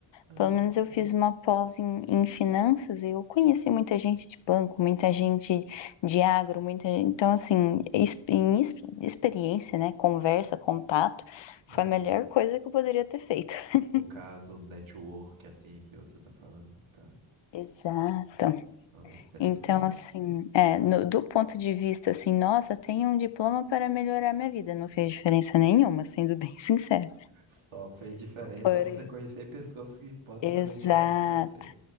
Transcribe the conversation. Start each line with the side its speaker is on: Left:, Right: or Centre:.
Right: Ah,
Left: Pelo menos
Right: sério.
Left: eu fiz uma pós em, em finanças e eu conheci muita gente de banco, muita gente de agro, muita, então assim, ex- em ex- experiência, né, conversa, contato,
Right: Sim.
Left: foi a melhor coisa que eu poderia ter feito. <laughs>
Right: O caso network, assim, que você tá falando, tá?
Left: Exato.
Right: Nossa, interessante.
Left: Então assim, é, no- do ponto de vista assim, nossa, tenho um diploma para melhorar minha vida, não fez diferença nenhuma, sendo bem <laughs> sincero.
Right: Só fez diferença
Left: Porém,
Right: você conhecer pessoas que podem
Left: exato.
Right: fazer diferença pra você.